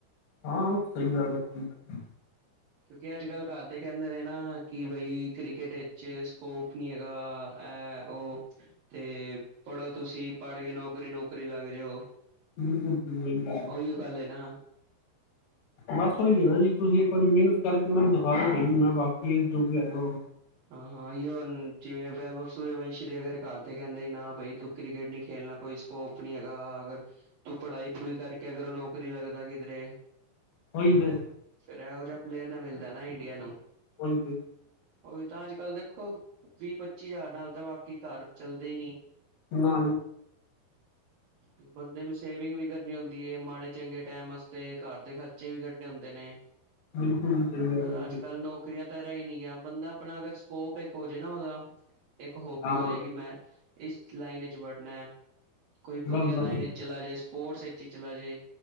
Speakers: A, on the left; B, on the right.
A: ਹਾਂ ਸਈ ਗੱਲ ਐ। ਸਈ ਗੱਲ
B: ਕਿਉਂਕਿ ਅੱਜ ਕੱਲ੍ਹ ਘਾਰਦੇ ਕੇਂਦੇ ਨੇ ਨਾ ਕਿ ਬਈ ਕ੍ਰਿਕਟ ਵਿੱਚ ਸਕੋਪ ਕੀ ਹੈਗਾ ਐ ਓ। ਤੇ ਪੜ੍ਹੋ ਤੁਸੀਂ ਪੜ੍ਹ ਕੇ ਨੌਕਰੀ ਨੁਕਰੀ ਲੱਗ ਜਓ।
A: ਬਿਲਕੁਲ ਸਈ ਗੱਲ ਐ।
B: ਏਈ ਓ ਗੱਲ ਐ ਨਾ।
A: ਬਸ ਓਈ ਓ ਨਾ ਜੀ ਤੁਸੀਂ ਇੱਕ ਵਾਰੀ ਮੇਨਤ ਕਰਕੇ ਉਨਾ ਨੂੰ ਦਖਾ ਦੋ ਬਈ ਮੈਂ ਵਾਕਈ ਏਸ ਜੋਗਾ ਹੈਗਾ ਆਂ।
B: ਹਾਂ <unintelligible> ਜਿਵੇਂ ਵੇਬਵ ਸੁਰੇਵੰਸ਼ੀ ਦੇ ਅਗਰ ਘਰ ਤੇ ਕੇਂਦੇ ਨਾ ਬਾਈ ਤੂੰ ਕ੍ਰਿਕਟ ਨੀ ਖੇਲਣਾ। ਕੋਈ ਸਕੋਪ ਨੀ ਹੈਗਾ ਅਗਰ ਤੂੰ ਪੜ੍ਹਾਈ ਪੜੂਈ ਕਰਕੇ ਅਗਰ ਨੌਕਰੀ ਲੱਗਦਾ ਕਿਧਰੇ।
A: ਉਹੀ ਤੇ
B: ਫੇਰ ਏਹੋ ਜਿਆ ਪਲੇਅਰ ਨਾਲ ਮਿਲਦਾ ਨਾ ਇੰਡੀਆ ਨੂੰ।
A: ਓਈ ਤੇ।
B: ਓਈ ਤਾਂ ਅੱਜ ਕੱਲ੍ਹ ਦੇਖੋ ਵੀਹ ਪੱਚੀ ਜ਼ਾਰ ਨਾਲ ਤਾਂ ਵਾਕਈ ਘਰ ਚੱਲਦੇ ਈ ਨੀ।
A: ਨਾ
B: ਹ ਬੰਦੇ ਨੂੰ ਸੇਵਿੰਗ ਵੀ ਕਰਨੀ ਹੁੰਦੀ ਹੈ ਮਾੜੇ ਚੰਗੇ ਟਾਈਮ ਵਾਸਤੇ ਘਰ ਦੇ ਖਰਚੇ ਵੀ ਕੱਢੇ ਹੁੰਦੇ ਨੇ
A: ਬਿਲਕੁਲ ਸਹੀ ਕਹਿ
B: ਪਰ
A: ਰਹੇ ਹੋ ਤੁਸੀਂ
B: ਅੱਜ ਕੱਲ੍ਹ ਨੌਕਰੀਆਂ ਤਾਂ ਰਹਿ ਹੀ ਨਹੀਂੀ ਗਿਆ ਬੰਦਾ ਆਪਣਾ ਅਗਰ ਸਕੋਪ ਇੱਕ ਹੋ ਜਾੇ ਨਾ ਉਹਦਾ ਇੱਕ ਹੋਬੀ
A: ਹਾਂ
B: ਹੋਜੇ ਕਿ ਮੈਂ ਇਸ ਲਾਈਨ ਵਿੱਚ ਵੜਨਾ ਹੈ ਕੋਈ ਵਧੀਆ
A: ਬਸ
B: ਲਾਈਨ
A: ਬਸ
B: ਚਲਾ ਜੇ ਸਪੋਰਟਸ ਵਿੱਚ ਹੀ ਚਲਾ ਜੇ